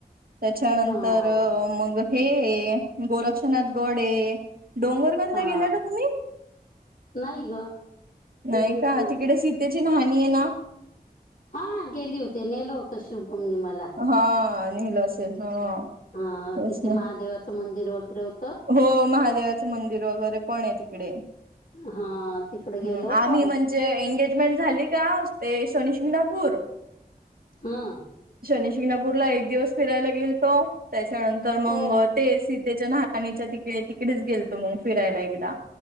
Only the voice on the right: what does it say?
त्याच्यानंतर
मग हे अ गोरक्षनाथ गड ये, डोंगरगंज
ला गेले का तुम्ही?
नाही का, तिकडे सीतेची न्हानी ना?
हा नेलं असेल, हा.
तेच
ना
हो महादेवाचं मंदिर वगैरे पण ये तिकडे.
हम्म
आम्ही म्हणजे एंगेज मेन्ट झाली का, ते शनीशिगणापूर
शनी शिंगणापूरला एक दिवस फिरायला गेल तो, त्याच्यानंतर मग
ते सीतेच्या ना नीच्या तिकडे-तिकडेच गेल तो मग फिरायला एकदा,